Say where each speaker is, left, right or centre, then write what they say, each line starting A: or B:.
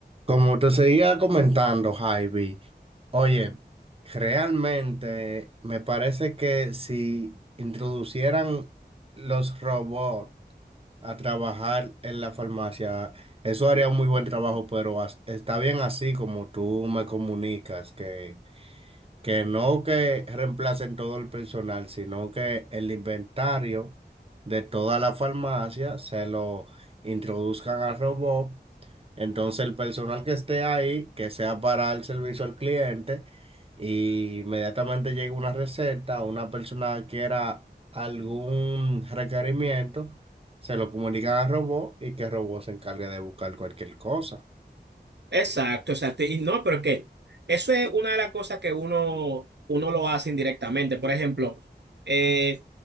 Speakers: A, on the right; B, on the right.
A: Como te seguía comentando, Javi, oye, realmente me parece que si introducieran los robots a trabajar en la farmacia, eso haría un muy buen trabajo, pero as- está bien así como tú me comunicas, que, que no que reemplacen todo el personal, sino que el inventario de toda la farmacia se lo introduzcan al robot entonces el personal que esté ahí, que sea para el servicio al cliente, y inmediatamente llega una receta, una persona que quiera algún requerimiento, se lo comunican al robot y que el robot se encargue de buscar cualquier cosa.
B: Exacto, exacto. Y no, pero es que eso es una de las cosas que uno, uno lo hace indirectamente. Por ejemplo, eh,